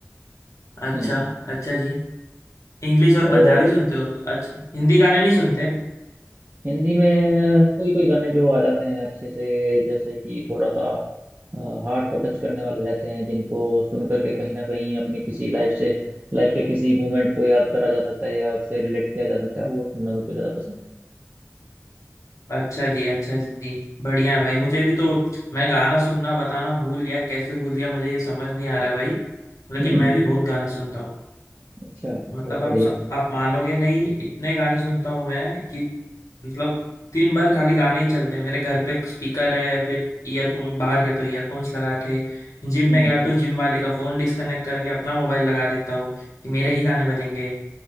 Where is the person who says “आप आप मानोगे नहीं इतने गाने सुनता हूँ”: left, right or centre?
Left